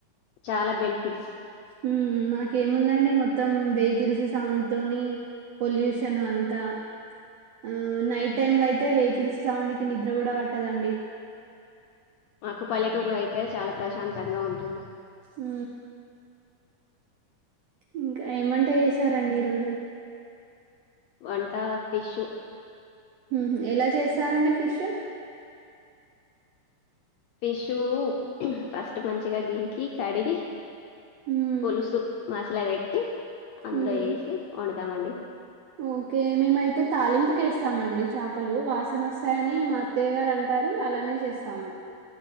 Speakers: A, on the left (about 80°); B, on the right (about 75°).
A: చాలా బెనిఫిట్స్
B: ఉమ్ మాకేముందండి మొత్తం వెహికల్స్ సౌండ్ తోని పొల్యూషన్ అంతా ఆ నైట్ టైమ్ లో అయితే వెహికల్స్ సౌండ్ కి నిద్ర కూడా పట్టదండి
A: మాకు పల్లెటూర్లో అయితే చాలా ప్రశాంతంగా ఉంటుంది
B: ఊ ఇంకా ఏం వంట చేశారండి ఈరోజు
A: వంట ఫిష్షు
B: ఊహూ ఎలా చేస్తారండి ఫిష్షు
A: ఫిష్షు ఫస్ట్ మంచిగా గీకి కడిగి
B: మ్మ్
A: పులుసు మస్ల వెట్టి అందులో
B: మ్మ్
A: ఏసి వండు టామండి
B: ఓకే మేమైతే తాలింపుకేస్తామండి చేపలు వాసనొస్తాయని మా అత్తయ్య గారు అంటారు అలానే చేస్తాము